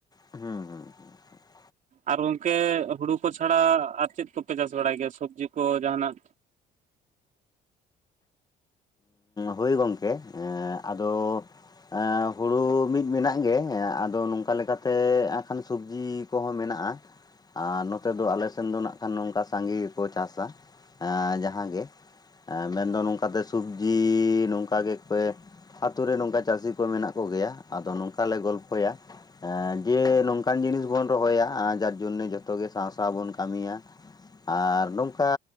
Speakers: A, on the left; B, on the right.
A: ᱦᱩᱸ- ᱦᱩᱸ ᱾
B: ᱟᱨ ᱜᱚᱝᱠᱮ ᱦᱩᱲᱩ ᱠᱚ ᱪᱷᱟᱲᱟ ᱟᱨ ᱪᱮᱫ ᱠᱚᱯᱮ ᱪᱟᱥ ᱵᱟᱲᱟᱭ ᱜᱮᱭᱟ ᱥᱚᱵᱽᱡᱤ ᱠᱚ ᱡᱟᱦᱟᱱᱟᱜ?
A: ᱦᱳᱭ ᱜᱚᱢᱠᱮ ᱟᱫᱚ ᱦᱩᱲᱩ ᱢᱤᱫ ᱢᱮᱱᱟᱜ ᱜᱮ ᱟᱫᱚ ᱱᱚᱝᱠᱟ ᱞᱮᱠᱟᱛᱮ ᱟ ᱠᱷᱟᱱ ᱥᱚᱵᱽᱡᱤ ᱠᱚᱸᱦᱚᱸ ᱢᱮᱱᱟᱜᱼᱟᱸ ᱸ ᱟᱨ ᱱᱚᱛᱮ ᱫᱚ ᱟᱞᱮ ᱥᱮᱱ ᱫᱚ ᱱᱟᱜ ᱠᱷᱟᱱ ᱱᱚᱝᱠᱟ ᱥᱟᱸᱜᱮ ᱜᱮᱠᱚ ᱪᱟᱥᱟ ᱡᱟᱦᱟ ᱜᱮ ᱾ ᱦᱮᱸ ᱢᱮᱱᱫᱚ ᱱᱚᱝᱠᱟᱛᱮ ᱥᱚᱵᱽᱡᱤ ᱱᱚᱝᱠᱟ ᱜᱮ ᱯᱮ ᱟᱛᱩ ᱨᱮ ᱱᱚᱝᱠᱟ ᱪᱟᱹᱥᱤ ᱠᱚ ᱢᱮᱱᱟᱜ ᱠᱚᱜᱮᱭᱟ, ᱟᱫᱚ ᱱᱚᱝᱠᱟ ᱞᱮ ᱜᱚᱞᱯᱷᱚᱭᱟ ᱮ ᱡᱮ ᱱᱚᱝᱠᱟᱱ ᱡᱤᱱᱤᱥ ᱵᱚᱱ ᱨᱚᱦᱚᱭᱟ ᱡᱟᱨ ᱡᱚᱱᱱᱮ ᱡᱚᱛᱚ ᱜᱮ ᱥᱟᱶ ᱥᱟᱶ ᱵᱚᱱ ᱠᱟᱹᱢᱤᱭᱟ ᱾ ᱟᱨ ᱱᱚᱝᱠᱟ